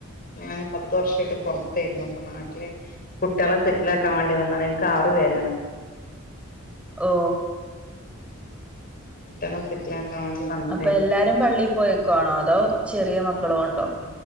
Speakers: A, on the left; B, in the centre.
A: ഞാന് പത്ത് വർഷയിട്ട് പുറത്തേരുന്നു ഇപ്പൊ നാട്ടില് കുട്വളെ സെറ്റിലാക്കാൻ വേണ്ടി വന്നതാണ് ഇന്ക്ക് ആറു പേരാണ്
B: ഓ
A: ട്വേളെ സെറ്റിലാക്കാ വേണ്ടി വന്നതായിരുന്നു
B: അപ്പൊ എല്ലാരും പള്ളിയിൽ പോയേക്കൊണോ അതോ ചെറിയ മക്കളോ ഒണ്ടോ